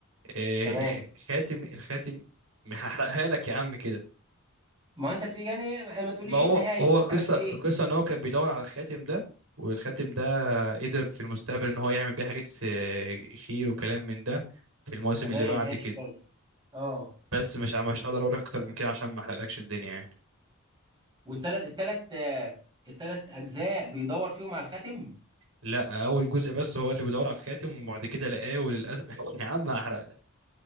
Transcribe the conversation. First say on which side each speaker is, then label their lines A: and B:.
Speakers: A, on the right (about 80°); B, on the right (about 20°).
A: آه،
B: تمام
A: خ- خاتم الخاتم هحرقها لك يا عم كده
B: ما هو انت بت- يعني ما ما تقوليش
A: ما هو
B: النهاية
A: هو
B: بس
A: قصة
B: عارف ايه
A: قصة ان هو كان بيدور على الخاتم ده والخاتم ده قدر في المستقبل ان هو يعمل بيه حاجات آه، خير وكلام من ده في المواسم
B: تمام
A: اللي بعد
B: ماشي
A: كده
B: كويس اه
A: بس مش ع- مش هقدر اقول لك اكتر من كده عشان ما احرقلكش الدنيا يعني
B: والتلات التلات آه، التلات اجزاء بيدور فيهم على الخاتم
A: لا اول جزء بس هو اللي بيدور على الخاتم وبعد كده لقاه وللاسف <laughs> يا عم هحرقلك